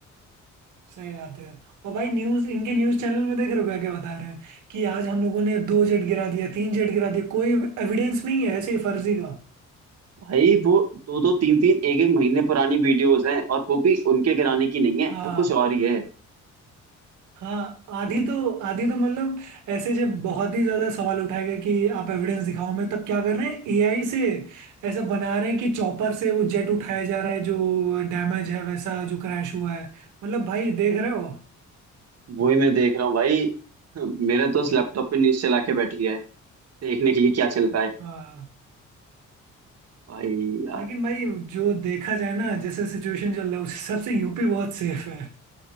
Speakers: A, on the right; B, on the right.
A: सही बात है और भाई न्यूज इनके न्यूज चैनल में देख रहे हो क्या क्या बता रहे हैं कि आज हम लोगों ने दो जेट गिरा दिया तीन जेट गिरा दिया कोई एविडेंस नहीं है ऐसे ही फर्जी का
B: भाई वो दो दो तीन तीन एक एक महीने पुरानी वीडियोस हैं और वो भी उनके गिराने की नहीं है
A: हाँ
B: वो कुछ और ही है
A: हाँ आधी तो आधी तो मतलब ऐसे जब बहुत ही ज्यादा सवाल उठाए गए कि आप एविडेंस दिखाओ मैं तब क्या कर रहे हैं एआई से ऐसा बना रहे हैं कि चॉपर से वो जेट उठाया जा रहा है जो डैमेज है वैसा जो क्रैश हुआ है मतलब भाई देख रहे हो
B: वो ही मैं देख रहा हूँ भाई <laughs> मेरा दोस्त लैपटॉप पे न्यूज चला के बैठ गया है देखने के लिए क्या चल रहा है
A: हाँ
B: भाई
A: लेकिन भाई जो देखा जाए ना जैसे सिचुएशन चल रहा है उस हिसाब से यूपी बहुत सेफ है